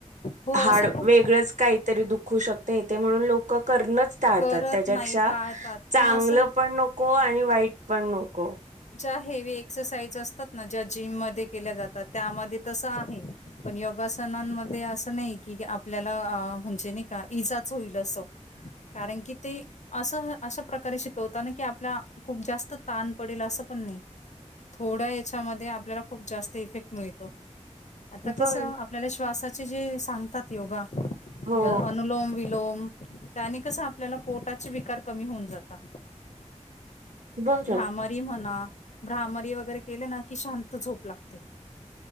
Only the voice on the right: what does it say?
हाड
वेगळंच काहीतरी दुखू शकते इथे म्हणून लोक लोकं करणंच टाळतात
त्याच्यापेक्षा
चांगलं
पणक को आणि वाईट पण नको.
बर
हो
बरं